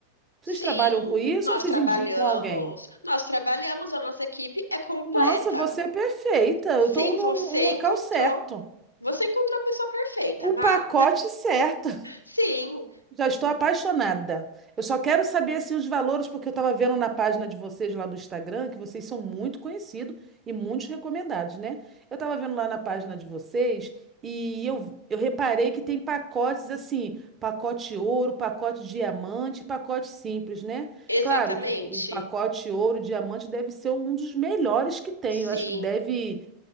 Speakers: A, on the right (about 20°); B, on the left (about 85°).
A: Vocês
B: Sim,
A: trabalham com isso
B: nós
A: ou vocês
B: trabalhamos,
A: indicam alguém?
B: nós trabalhamos, a nossa equipe é completa.
A: Nossa, você é perfeita. Eu
B: Sim,
A: estou no
B: você
A: local
B: encontrou,
A: certo.
B: você encontrou a pessoa perfeita,
A: O
B: Má.
A: pacote certo.
B: Sim,
A: Já estou apaixonada. Eu só quero saber assim os valores, porque eu estava vendo na página de vocês lá do Instagram que vocês são muito conhecidos e muito recomendados, né? Eu estava vendo lá na página de vocês e eu, eu reparei que tem pacotes assim, pacote ouro, pacote diamante, pacote simples, né?
B: exatamente.
A: Claro que o, o pacote ouro, diamante deve ser um dos melhores que tem.
B: Sim,
A: Eu acho que deve